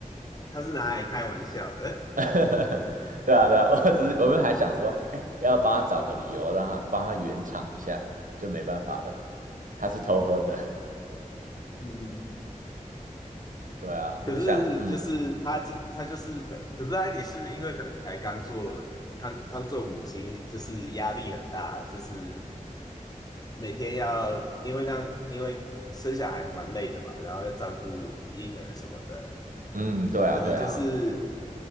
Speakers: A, on the left; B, on the right.
A: 他是拿来开玩笑的。
B: <laughs> 对啊，对啊，<laughs> 我只是我们还想说，哎，要帮他找个理由，让他帮他圆场一下，就没办法了，他是偷喝的。<laughs>
A: <laughs> 嗯嗯嗯，
B: 对啊，
A: 可是就是他就他就是对，
B: 我就想，嗯
A: 可是他也是因为可能才刚做刚刚做母亲，就是压力很大，就是。每天要，因为那样，因为生小孩蛮累的嘛，然后要照顾婴儿什么的，
B: 嗯，对啊，
A: 可能就是
B: 对啊，